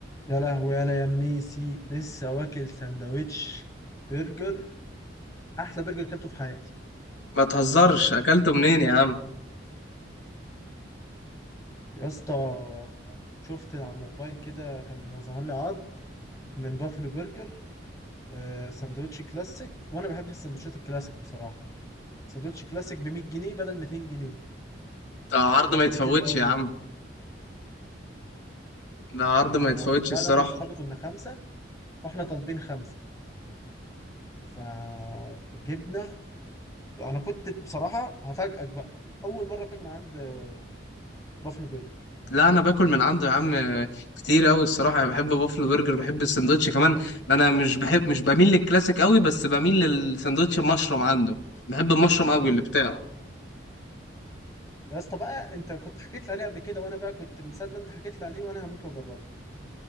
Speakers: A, on the left; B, on the left.
A: يا لهوي يا يا منيسي لسه واكل سندوتش برجر احلى برجر كلته في حياتي
B: ما تهزرش اكلته منين يا عم
A: يا اسطى شفت على الموبايل كده كان ظهر لي عرض من بافلو برجر آه، سندوتش كلاسيك وانا بحب السندوتشات الكلاسيك بصراحه سندوتش كلاسيك ب 100 جنيه بدل 200 جنيه
B: ده عرض
A: فقلت
B: ما يتفوتش
A: حلو قوي
B: يا عم
A: ده
B: ده عرض
A: فكنت
B: ما يتفوتش الصراحة
A: قاعد انا واصحابي كنا خمسه واحنا طالبين خمسه فجبنا انا كنت بصراحه هفاجئك بقى اول مره اكل من عند آه، بافلو برجر
B: لا انا باكل من عنده يا عم كتير قوي الصراحة انا بحب بافلو برجر بحب السندوتش كمان انا مش بحب مش بميل للكلاسيك قوي بس بميل للسندوتش المشروم عنده بحب المشروم قوي اللي بتاعه
A: يا اسطى بقى انت كنت حكيت لي عليه قبل كده وانا بقى كنت من ساعه ما انت حكيت لي عليه وانا هموت واجربه